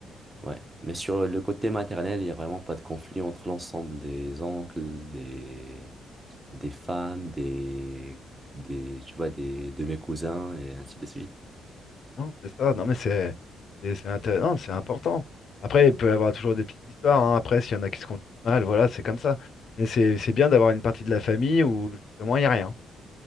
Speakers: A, on the right; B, on the left.
A: Ouais. Mais sur le côté maternel, il n'y a vraiment pas de conflit entre l'ensemble des oncles, des, des femmes, des, des, tu vois, des, de mes cousins et ainsi de suite.
B: Non, c'est ça. Non, mais c'est c'est c'est intér- non, c'est important. Après, il peut y avoir toujours des petites histoires. hein. Après, s'il y en a qui se conduisent mal, voilà, c'est comme ça. Mais c'est c'est bien d'avoir une partie de la famille où justement il n'y a rien.